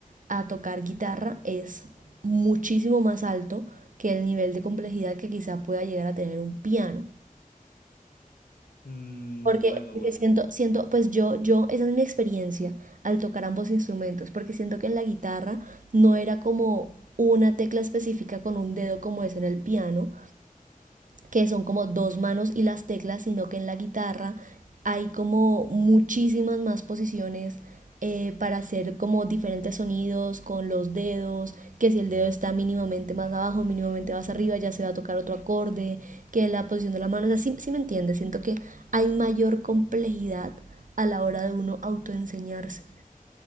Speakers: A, on the right; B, on the left.
A: a tocar guitarra es muchísimo más alto que el nivel de complejidad que quizás pueda llegar a tener un piano.
B: Mm,
A: Porque,
B: bueno,
A: porque
B: bueno.
A: siento, siento, pues yo, yo, esa es mi experiencia al tocar ambos instrumentos, porque siento que en la guitarra no era como una tecla específica con un dedo como es en el piano, que son como dos manos y las teclas, sino que en la guitarra hay como muchísimas más posiciones eh, para hacer como diferentes sonidos con los dedos, que si el dedo está mínimamente más abajo, mínimamente más arriba, ya se va a tocar otro acorde, que la posición de la mano, o sea, sí, sí me entiendes. siento que hay mayor complejidad a la hora de uno autoenseñarse.